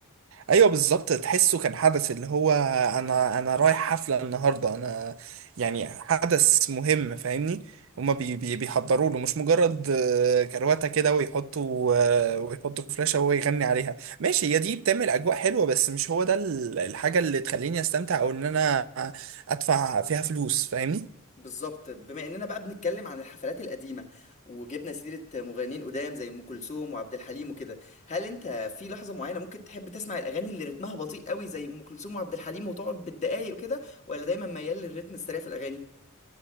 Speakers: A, on the right; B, on the left.
A: ايوه بالظبط تحسه كان حدث اللي هو انا انا رايح حفله النهارده انا يعني حدث مهم فاهمني هما بي بي بيحضروا له مش مجرد آه، كرواتة كده ويحطوا آه، ويحطوا فلاشة وهو يغني عليها ماشي هي دي بتعمل أجواء حلوة بس مش هو ده ال- الحاجة اللي تخليني أستمتع أو إن أنا أدفع فيها فلوس فاهمني
B: بالظبط بما اننا بقى بنتكلم عن الحفلات القديمه وجبنا سيره مغنيين قدام زي ام كلثوم وعبد الحليم وكده هل انت في لحظه معينه ممكن تحب تسمع الاغاني اللي رتمها بطيء قوي زي ام كلثوم وعبد الحليم وتقعد بالدقايق وكده ولا دايما ميال للرتم السريع في الاغاني